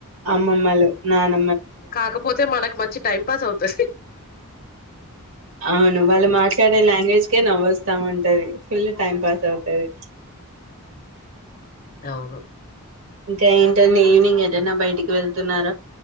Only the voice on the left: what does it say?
కాకపోతే మనకి మంచి టైం పాస్ అవుతాది
అవును